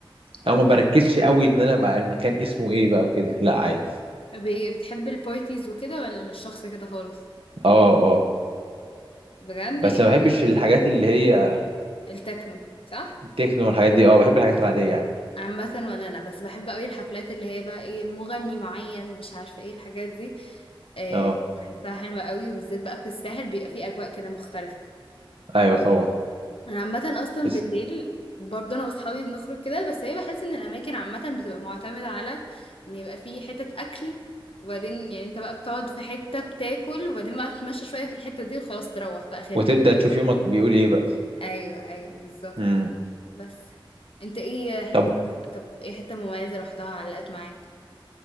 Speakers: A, on the left; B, on the right.
A: اه
B: او ما بركزش قوي ان انا بقى المكان اسمه ايه بقى وكده لا عادي
A: ب- بتحب البارتيز وكده ولا مش شخص كده خالص
B: اه اه
A: بجد
B: بس
A: يعني
B: ما بحبش الحاجات اللي هي
A: التكنو صح
B: تكنو والحاجات دي اه بحب الحاجات العادية عادي
A: عامة ولا انا بس بحب قوي الحفلات اللي هي بقى ايه المغني معين مش عارفة ايه الحاجات دي آه،
B: اه
A: بحسها حلوة قوي وبالذات بقى في الساحل بيبقى فيه اجواء كده مختلفة
B: ايوه طبعا
A: انا عامة اصلا
B: بس
A: بالليل برضه انا واصحابي بنخرج كده بس هي بحس ان الاماكن عامة بتبقى معتمدة على ان يبقى فيه حتة اكل وبعدين يعني انت بقى بتقعد في حتة بتاكل وبعدين بقى تتمشى شوية في الحتة دي وخلاص تروح ده اخرها
B: وتبدأ تشوف يومك بيقول ايه بقى
A: ايوه ايوه بالظبط
B: امم
A: بس انت ايه حتة
B: طب
A: طب ايه حتة مميزة رحتها علقت معاك